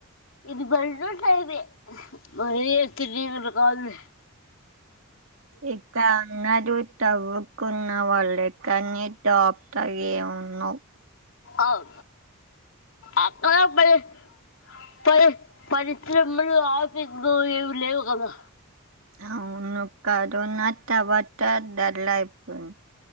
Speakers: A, on the left; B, on the right.
A: ఇది బంటయి మరే ఒ కావ <unintelligible>
B: ఇ అంగడు <unintelligible> తవ్వుకున్న వాళ్ళు కానీ టాప్ గ ఏ ఉన్నవు
A: అవు అబ <unintelligible> పరి పరిశ్రమలు ఆఫీసులు ఏవి లేవు కదా
B: అవును కరోనా తరువాత డల్ అయిపోయింది